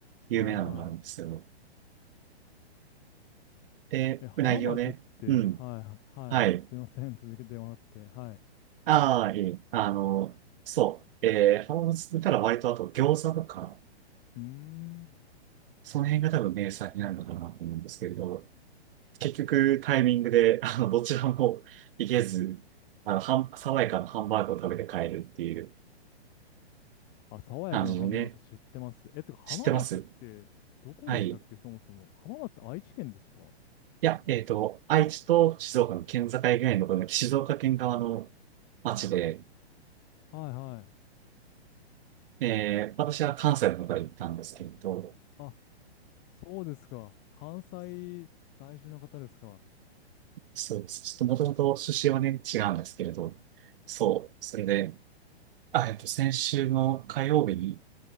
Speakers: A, on the right (about 55°); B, on the left (about 30°).
A: 有名なのがあるんですけど、
B: ーはいは
A: えーうなぎをね。
B: い。え、浜松って、
A: うん。
B: はいはい、
A: はい。
B: はい。すいません、続けてもらって。はい。
A: ああ、いい。あの、そう。えー、浜松だったら割とあと餃子とか、
B: うーん。
A: その辺が多分名産になるのかなと思うんですけれど、結局タイミングで、あの、どちらも行けず、あの、ハン爽やかなハンバーグを食べて帰るっていう
B: あ、爽やかなハンバーグ知ってます。
A: 感じでね、
B: え、てか浜松ってどこでしたっけ、
A: 知ってますはい。い
B: そもそも。浜松って愛知県ですかは
A: や、えっと、愛知と静岡の県境ぐらいのところの静岡県側の町で、
B: いはい。
A: えー、
B: は
A: 私は関西の方から行ったんですけれど、
B: あ、そうですか。関西在住の方ですか。
A: そうです。ちょっともともと出身はね、違うんですけれど、そう、それで、あ、えっと、先週の火曜日に、